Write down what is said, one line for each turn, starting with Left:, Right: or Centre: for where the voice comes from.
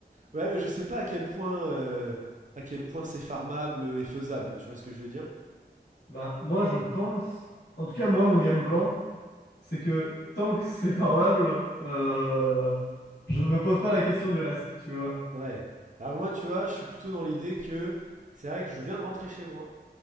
Right: Ouais, mais je sais pas à quel point, euh, à quel point c'est farmable et faisable, tu vois ce que je veux dire?
Left: Bah, moi, je pense. En tout cas, moi, mon game plan, c'est que tant que c'est farmable, euh, je ne me pose pas la question du reste, tu vois.
Right: Ouais. Alors moi, tu vois, je suis plutôt dans l'idée que c'est vrai que je viens de rentrer chez moi.